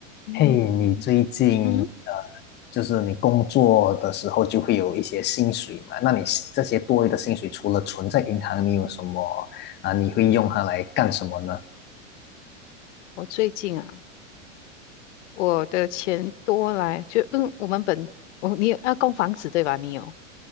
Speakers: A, on the left; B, on the left.
A: 嗯嗯哼
B: 嘿，你最近呃，
A: 嗯哼，
B: 就是你工作的时候就会有一些薪水嘛？那你这些多余的薪水，除了存在银行，你有什么啊？你会用它来干什么呢？
A: 我最近啊，我的钱多来就嗯，我们本我你有要供房子对吧？你有